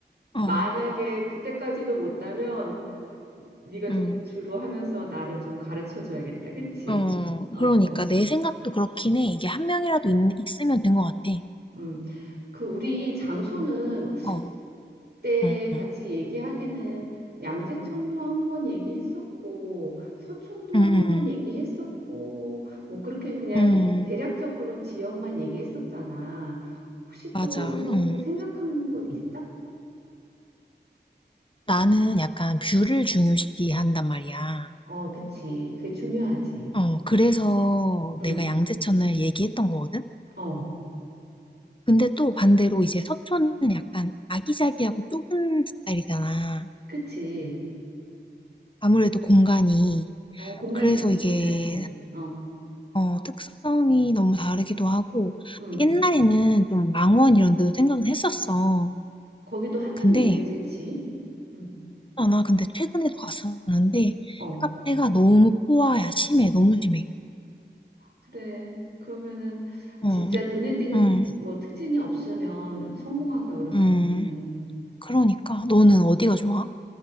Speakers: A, on the left; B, on the right.
A: 어,
B: 만약에 그때까지도 못다면 네가
A: 음,
B: 조금 주로 하면서 나를 좀 가르쳐 줘야겠다. 그치?
A: 어,
B: 어,
A: 그러니까
B: 어.
A: 내 생각도 그렇긴 해. 이게 한 명이라도 있, 있으면 된 것 같아.
B: 음. 그 우리 장소는
A: 어,
B: 그때
A: 음,
B: 같이 얘기하기는 양재천도 한 번 얘기했었고 서촌도
A: 음,
B: 한 번
A: 음,
B: 얘기했었고 뭐 그렇게 그냥
A: 음.
B: 대략적으로 지역만 얘기했었잖아. 혹시
A: 맞아,
B: 또
A: 음.
B: 생각한 곳 있어?
A: 나는 약간 뷰를 중요시한단 말이야.
B: 어, 그치. 그게 중요하지.
A: 어, 그래서
B: 응,
A: 내가 양재천을 얘기했던 거거든?
B: 어,
A: 근데 또 반대로 이제 서초는 약간 아기자기하고 좁은 스타일이잖아.
B: 그치.
A: 아무래도 공간이.
B: 어, 공간이
A: 그래서
B: 좀 좁긴
A: 이게,
B: 하지. 어,
A: 어, 특성이 너무 다르기도 하고,
B: 응.
A: 옛날에는 좀 망원 이런 데도 생각은 했었어.
B: 거기도 핫한
A: 근데,
B: 동네지, 그치? 응,
A: 아, 나 근데 최근에도 갔었는데,
B: 어,
A: 카페가 너무 포화야. 심해. 너무 심해.
B: 그래. 그러면은
A: 어,
B: 진짜 눈에 띄는
A: 음,
B: 뭐 특징이 없으면 성공하기 어렵지,
A: 음.
B: 거기는.
A: 그러니까, 너는
B: 응.
A: 어디가 좋아?